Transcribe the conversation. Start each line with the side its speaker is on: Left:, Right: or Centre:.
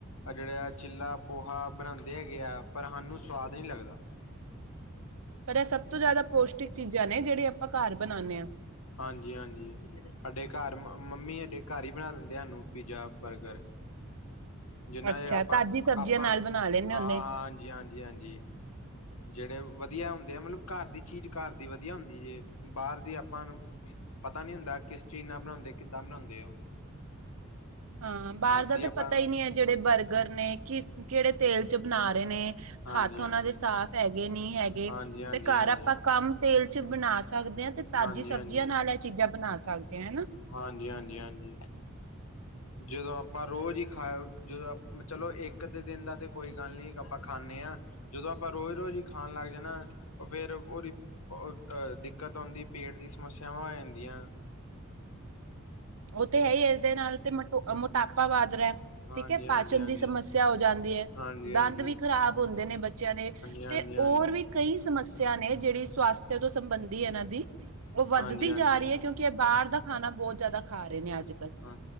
Left: ਜਿਹੜਾ ਚਿੱਲਾ ਪੋਹਾ ਬਣਾਉਂਦੇ ਹੈਗੇ ਪਰ ਹਾਨੂੰ ਸਵਾਦ ਨਹੀਂੀ ਲੱਗਦਾ
Right: ਪਰ ਇਹ ਸਭ ਤੋਂ ਜ਼ਿਆਦਾ ਪੋਸ਼ਟਿਕ ਚੀਜ਼ਾਂ ਨੇ ਜਿਹੜੇ ਆਪਾਂ ਘਰ ਬਣਾਉਂਦੇ ਹਾਂ
Left: ਹਾਂਜੀ-ਹਾਂਜੀ ਸਾਡੇ ਘਰ ਮੰਮੀ ਅਡੇ ਘਰ ਹੀ ਬਣਾ ਦਿੰਦੇ ਸਾਨੂੰ ਪੀਜ਼ਾ ਬਰਗਰ ਜਿੰਨਾ
Right: ਅੱਛਾ
Left: ਇਹ ਆਪਾਂ-ਆਪਾਂ
Right: ਤਾਜ਼ੀ ਸਬਜ਼ੀਆਂ ਨਾਲ
Left: ਹਾਂ-ਹਾਂ
Right: ਬਣਾ ਲੈਂਦੇ ਹੁੰਦੇ
Left: ਹਾਂਜੀ-ਹਾਂਜੀ-ਹਾਂਜੀ ਜਿਹੜੇ ਵਧੀਆ ਹੁੰਦੇ ਆ ਮਤਲਬ ਘਰ ਦੀ ਚੀਜ਼ ਘਰ ਦੀ ਵਧੀਆ ਹੁੰਦੀ ਜੇ ਬਾਹਰ ਦੀ ਆਪਾਂ ਪਤਾ ਨਹੀਂ ਹੁੰਦਾ ਕਿਸ ਚੀਜ਼ ਨਾਲ ਬਣਾਉਂਦੇ ਕਿੱਦਾਂ ਬਣਾਉਂਦੇ ਉਹ
Right: ਹਾਂ ਬਾਹਰ
Left: ਕਰਦੀ
Right: ਦਾ ਤਾਂ
Left: ਆਪਾਂ
Right: ਪਤਾ ਹੀ ਨਹੀਂ ਹੈ ਜਿਹੜੇ ਬਰਗਰ ਨੇ ਕਿ ਕਿਹੜੇ ਤੇਲ ਚ ਬਣਾ ਰਹੇ ਨੇ
Left: ਹਾਂਜੀ
Right: ਹੱਥ ਉਹਨਾਂ
Left: ਹਾਂਜੀ
Right: ਦੇ ਸਾਫ਼ ਹੈਗੇ ਨਹੀਂ ਹੈਗੇ
Left: ਹਾਂਜੀ ਹਾਂਜੀ
Right: ਤੇ ਘਰ
Left: ਹਾਂਜੀ
Right: ਆਪਾਂ ਕੰਮ ਤੇਲ ਚ ਬਣਾ ਸਕਦੇ ਤੇ ਤਾਜ਼ੀ
Left: ਹਾਂਜੀ
Right: ਸਬਜ਼ੀਆਂ
Left: ਹਾਂਜੀ
Right: ਨਾਲ ਇਹ ਚੀਜ਼ਾਂ ਬਣਾ ਸਕਦੇ ਹਾਂ ਹਨਾ
Left: ਹਾਂਜੀ- ਹਾਂਜੀ- ਹਾਂਜੀ ਜਦੋਂ ਆਪ ਆਪਾਂ ਰੋਜ਼ ਹੀ ਖਾ ਜਦੋਂ ਚਲੋ ਇੱਕ ਦੇ ਦਿਨ ਦਾ ਤੇ ਕੋਈ ਗੱਲ ਨੀ ਆਪਾਂ ਖਾਂਦੇ ਹਾਂ ਜਦੋਂ ਆਪਾਂ ਰੋਜ਼ ਰੋਜ਼ ਹੀ ਖਾਣ ਲੱਗ ਜਾਣਾ ਫੇਰ ਉਹ ਦੀਹ ਦਿੱਕਤ ਆਉਂਦੀ ਪੇਟ ਦੀ ਸਮੱਸਿਆ ਸਮੱਸਿਆਵਾਂ ਹੋ ਜਾਂਦੀਆਂ
Right: ਉਹ ਤੇ ਹੈ ਹੀ ਇਸਦੇ ਨਾਲ ਤੇ ਮੋਟਾਪਾ ਵਦ
Left: ਹਾਂਜੀ
Right: ਠੀਕ ਹੈ
Left: ਹਾਂਜੀ
Right: ਪਾਚਨ
Left: ਹਾਂਜੀ
Right: ਦੀ ਸਮੱਸਿਆ ਹੋ ਜਾਂਦੀ ਹੈ
Left: ਹਾਂਜੀ
Right: ਦੰਦ
Left: ਹਾਂਜੀ
Right: ਵੀ ਖ਼ਰਾਬ ਹੁੰਦੇ ਨੇ ਬੱਚਿਆਂ ਦੇ
Left: ਹਾਂਜੀ ਹਾਂਜੀ
Right: ਤੇ
Left: ਹਾਂਜੀ
Right: ਹੋਰ ਵੀ ਕਈ ਸਮੱਸਿਆ ਨੇ ਜਿਹੜੀ ਸਵਾਸਥ ਤੋਂ ਸੰਬੰਧੀ ਇਹਨਾਂ ਦੀ ਉਹ ਵੱਧਦੀ
Left: ਹਾਂਜੀ ਹਾਂਜੀ
Right: ਜਾ ਰਹੀ ਹੈ ਕਿਉਂਕਿ ਇਹ ਬਾਹਰ ਦਾ ਖਾਣਾ ਬਹੁਤ ਜ਼ਿਆਦਾ ਖਾ ਰਹੇ ਨੇ ਅੱਜ ਕੱਲ੍ਹ
Left: ਹਾਂ